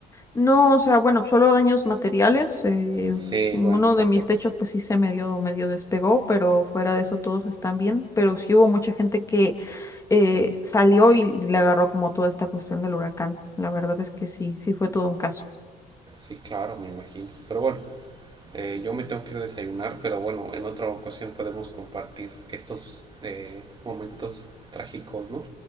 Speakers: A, on the left; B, on the right.
A: No, o sea, bueno, solo daños materiales. eh,
B: Sí,
A: uno
B: bueno,
A: de
B: fortuna.
A: mis techos, pues sí se medio, medio despegó, pero fuera de eso todos están bien. Pero sí hubo mucha gente que eh, salió y le agarró como toda esta cuestión del huracán. La verdad es que sí, sí fue todo un caso.
B: Sí, claro, me imagino. Pero bueno, Eh, yo me tengo que ir a desayunar, pero bueno, en otra ocasión podemos compartir estos eh, momentos trágicos, ¿no?